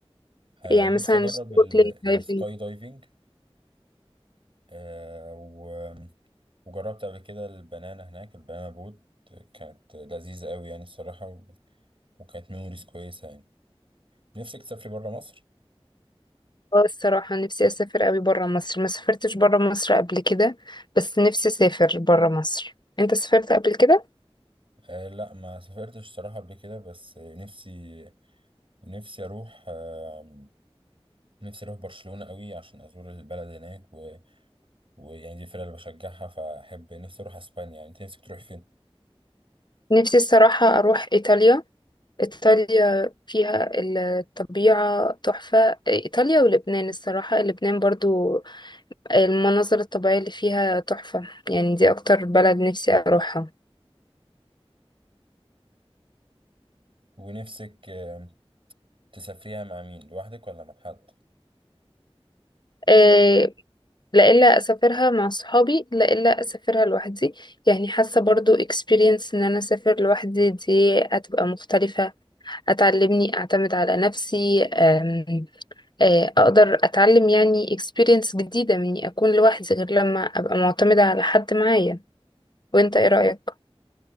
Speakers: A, on the right; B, on the left.
A: آه،
B: يعني
A: نفسي
B: مثلا
A: أجرب
B: سنوركلينج
A: ال-
B: دايفنج
A: السكاي دايفنج آه، و- وجربت قبل كده البنانا هناك البنانا بوت كانت لذيذة أوي يعني الصراحة و- وكانت ميموريز كويسة يعني نفسك تسافري برا مصر؟
B: اه الصراحة نفسي اسافر قوي برا مصر ما سافرتش برا مصر قبل كده بس نفسي اسافر برا مصر انت سافرت قبل كده
A: آه لا ما سافرتش الصراحة قبل كده بس نفسي نفسي أروح آه نفسي اروح برشلونة قوي عشان ازور البلد هناك و... ويعني دي الفرقة اللي بشجعها فاحب نفسي اروح اسبانيا يعني انت نفسك تروح فين
B: نفسي الصراحة اروح ايطاليا إيطاليا فيها الطبيعة تحفة إيطاليا ولبنان الصراحة لبنان برضو المناظر الطبيعية اللي فيها تحفة يعني دي أكتر بلد نفسي أروحها
A: ونفسك آم، تسافريها مع مين لوحدك ولا مع حد
B: إيه، لا إلا أسافرها مع صحابي لا إلا أسافرها لوحدي يعني حاسة برضو experience إن أنا أسافر لوحدي دي هتبقى مختلفة هتعلمني أعتمد على نفسي أم، آه، أقدر أتعلم يعني experience جديدة مني أكون لوحدي غير لما أبقى معتمدة على حد معايا وانت ايه رأيك